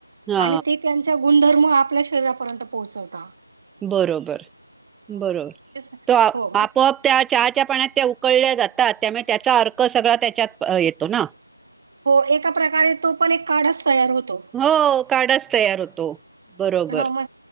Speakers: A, in the centre; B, on the right.
A: हा
B: आणि ते त्यांचा गुणधर्म आपल्या शरीरापर्यंत पोहोचवता.
A: बरोबर,
B: हो
A: बरोबर,
B: तेच ना.
A: त
B: हो मग
A: आपोआप त्या चहाच्या पाण्यात त्या उकळल्या जातात. त्यामुळे त्याचा अर्क सगळा त्याच्यात येतो ना?
B: हो एका प्रकारे तो पण एक काढच तयार होतो.
A: हो काढच तयार होतो बरोबर
B: हो म